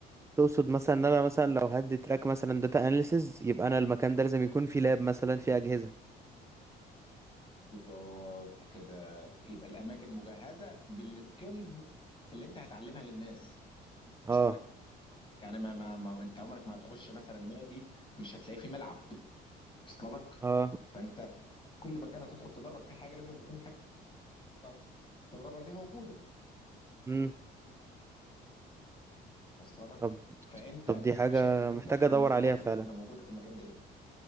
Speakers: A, on the right; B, on the left.
A: تقصد مثلا ان انا مثلا لو هدي تراك مثلا داتا اناليسز يبقى انا المكان ده لازم يكون فيه لاب مثلا فيه اجهزه
B: بالظبط كده يبقى الاماكن مجهزه بالسكيلز اللي انت هتعلمها للناس وصل
A: اه
B: يعني ما, ما, ما انت عمرك ما هتخش مثلا نادي مش هتلاقي فيه ملعب وصل لك
A: اه
B: فانت كل مكان هتدخل تدرب فيه حاجه لازم تكون الحاجه اللي هتدربها دي موجوده
A: امم
B: وصل لك
A: طب
B: فانت
A: طب دي حاجه
B: شايف ان
A: محتاجه
B: انت المواصفات
A: ادور عليها فعلا
B: اللي هتبقى موجوده في المكان ده ايه؟